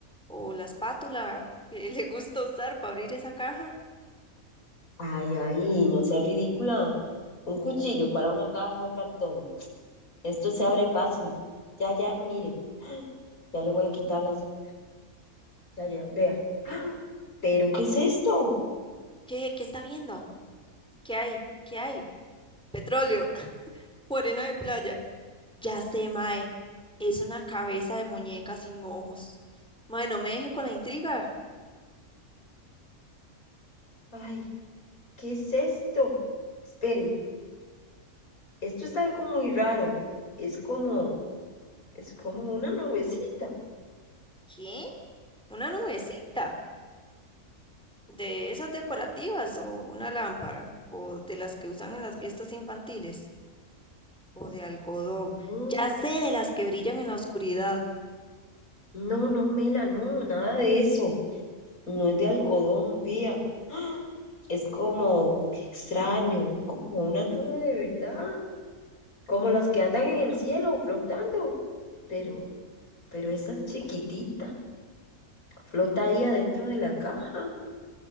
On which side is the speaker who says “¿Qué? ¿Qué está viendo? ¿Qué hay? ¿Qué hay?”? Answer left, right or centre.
Centre